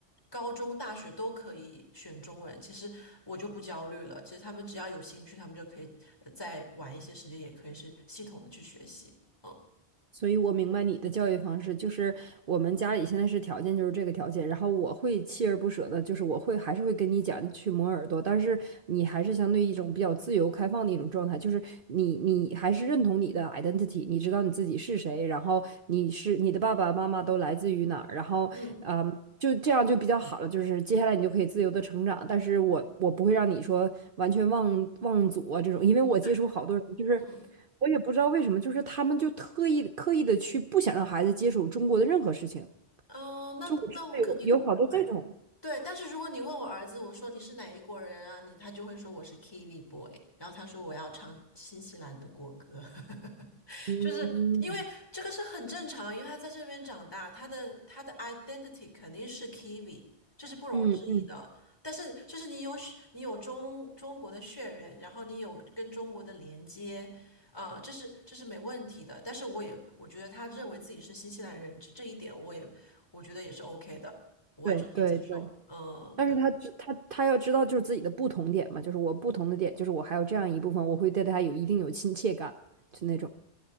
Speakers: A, on the left; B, on the right.
A: 高中、大学都可以选中文。其实我就不焦虑了，其实他们只要有兴趣，他们就可以呃再晚一些时间，也可以是系统的去学习。嗯
B: 所以我明白你的教育方式，就是我们家里现在是条件就是这个条件，然后我会锲而不舍的，就是我会还是会跟你讲去磨耳朵，但是你还是相对一种比较自由开放的一种状态，就是你你还是认同你的 identity，你知道你自己是谁，然后你是你的爸爸妈妈都来自于哪儿，然后嗯。
A: 嗯
B: 就这样就比较好了，就是接下来你就可以自由的成长，但是我我不会让你说完全忘忘祖啊这种，因为我接触好多人就是。
A: 对，嗯
B: 我也不知道为什么，就是他们就特意刻意的去不想让孩子接触中国的任何事情。
A: 嗯，呃那那我肯定不会。
B: 就我知道有有好多这种，
A: 对，但是如果你问我儿子，我说你是哪一国人啊？你他就会说我是 Kiwi boy，然后他说我要唱新西兰的国歌。<laughs>
B: 嗯
A: 就是因为这个是很正常，因为他在这边长大，他的他的 identity 肯定是 Kiwi，这是不容置疑的。
B: 嗯嗯，
A: 但是就是你有血你有中中国的血缘，然后你有跟中国的连接，呃，这是这是没问题的。但是我也我觉得他认为自己是新西兰人，这这一点我也我觉得也是 OK 的，我完全可以接受。
B: 对对对。
A: 嗯，
B: 但是他知他他要知道就是自己的不同点嘛，
A: 对。
B: 就是我不同的点，就是我还有这样一部分，我会对他有一定有亲切感，就那种。